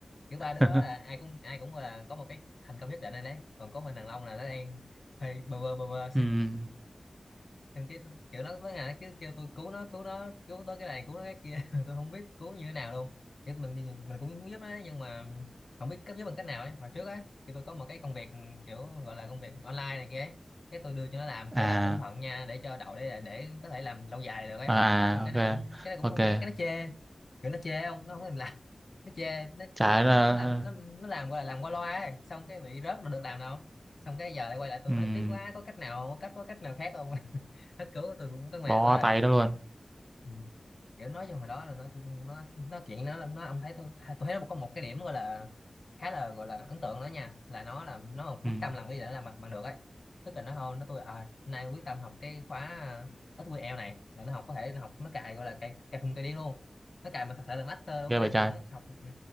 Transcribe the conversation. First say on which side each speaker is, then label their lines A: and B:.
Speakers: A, on the left; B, on the right.
A: kiểu ba
B: <laughs>
A: đứa đó là ai cũng ai cũng là có một cái thành công nhất định rồi đấy còn có mình thằng Long là nó đang hơi bơ vơ bơ vơ
B: Ừm,
A: thằng kia kiểu nó tới ngày nó cứ kêu tôi cứu nó cứu nó cứu tới cái này cứu nó cái kia <laughs> tôi không biết cứu như thế nào luôn chứ mình mình cũng muốn giúp nó ấy, nhưng mà không biết cấp giúp bằng cách nào ấy mà trước á thì tôi có một cái công việc kiểu gọi là công việc online này kia ấy cái tôi đưa cho nó làm kiểu
B: à
A: làm cẩn thận nha để cho đậu để để có thể làm lâu dài được ấy
B: à
A: xong cái nó
B: à,
A: cũng cái nó cũng
B: ok
A: không
B: ok
A: nghe cái nó chê kiểu nó chê không nó không thèm làm <laughs> nó chê nó
B: trái
A: nó nó,
B: là
A: nó làm nó nó làm gọi là làm qua loa ấy xong cái bị rớt mà được làm đâu xong cái giờ lại quay lại tôi
B: ừm,
A: nói tiếc quá có cách nào có cách có cách nào khác không <laughs> hết cứu tôi cũng có mệt
B: bó
A: quá rồi
B: tay đó luôn
A: ừ. kiểu nói chung hồi đó là nó nó nó chuyện nó nó ông thấy tôi tôi thấy nó có một cái điểm gọi là khá là gọi là ấn tượng đó nha là nó làm nó còn quyết
B: Ừm,
A: tâm làm cái gì để làm bằng, bằng được ấy tức là nó thôi nó tôi à nay quyết tâm học cái khóa SQL này là nó học có thể nó học nó cài gọi là cài cài khùng cài điên luôn nó cài mà thật sự là master luôn
B: ghê
A: nha
B: vậy trái
A: kiểu nó học ừ.